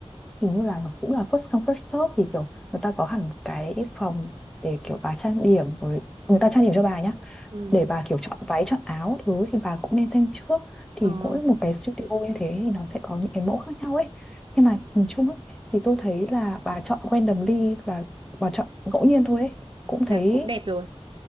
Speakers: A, in the centre; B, on the right.
A: hình như là nó cũng là first come first serve thì kiểu người ta có hẳn cái phòng để kiểu bà trang điểm rồi người ta trang điểm cho bà nhá
B: Ừ.
A: để bà kiểu chọn váy chọn áo thứ thì bà cũng nên xem trước thì
B: Ờ,
A: mỗi một cái studio như thế thì nó sẽ có những cái mẫu khác nhau ấy nhưng mà nhìn chung ấy, thì tôi thấy là bà chọn randomly là bà chọn ngẫu nhiên thôi ấy cũng thấy
B: là cũng đẹp rồi.